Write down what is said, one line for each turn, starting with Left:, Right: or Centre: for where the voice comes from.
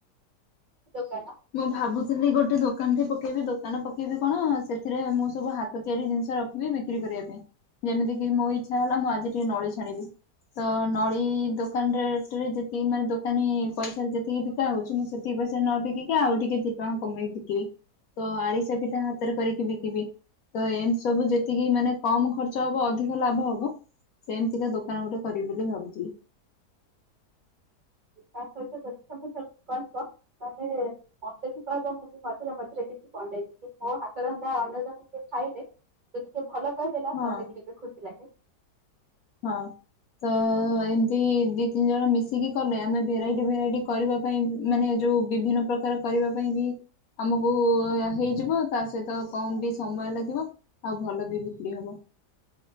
Right: ଦୋକାନ।
Left: ମୁଁ ଭାବୁଥିଲି ଗୋଟେ ଦୋକାନ ଟେ ପକେଇବି ଦୋକାନ ପକେଇବି କଣ ସେଥିରେ ମୁଁ ସବୁ ହା ହାତ ତିଆରି ଜିନିଷ ରଖିବି ବିକ୍ରି କରିବା ପାଇଁ ଯେମିତି କିି ମୋ ଇଚ୍ଛା ହେଲା ମୁଁ ଆଜି ଟିକେ ନଳି ଛାଣିବି। ତ ନଳି ଦୋକାନ ରେ ଟ୍ରେ ଯେତିକି ମାନେ ଦୋକାନୀ ପଇସା ଯେତିକିରେ ବି ତା ହଉଛି ମୁଁ ସେତିକି ପଇସା ରେ ନ ବିକି କି ତା ଆଉ ଟିକେ ଦି ପଇସା କମେଇକି ବିକିବି ତ ଆରିସ ପିଠା ହାତରେ କରିକି ବିକିବି। ତ ଏମିତି ସବୁ ଯେତିକି ମାନେ କମ ଖର୍ଚ୍ଚ ହବ ଅଧିକ ଲାଭ ହବ ସେମିତିକା ଦୋକାନ ଗୋଟେ କରିବି ବୋଲି ଭାବୁଥିଲି।
Right: ତା ସହିତ ଯଦି ତମେ ସବୁ କରଚ ତମେ ମତେ ବି କହିବ ମୁଁ ବି ମଝିରେ ମଝିରେ କିଛି ବନେଇନି କି ମୋ ହାତର ରନ୍ଧା ଅନ୍ୟ ଜଣେ କିଏ ଖାଇଲେ ଯଦି ଟିକେ ଭଲ କହିଦେଲ
Left: ହଁ
Right: ମତେ ବି ଟିକେ ଖୁସି ଲାଗେ।
Left: ହଁ ତ ଏମତି ଦି ତିନି ଜଣ ମିଶିକି କଲେ ଆମେ ଭେରାଇଟି ଭେରାଇଟି କରିବା ପାଇଁ ମାନେ ଯୋଉ ବିଭିନ୍ନ ପ୍ରକାର କରିବା ପାଇଁ ବି ଆମକୁ ହେଇଯିବ ତା ସହିତ କମ ବି ସମୟ ଲାଗିବ ଆଉ ଭଲ ବି ବିକ୍ରି ହବ।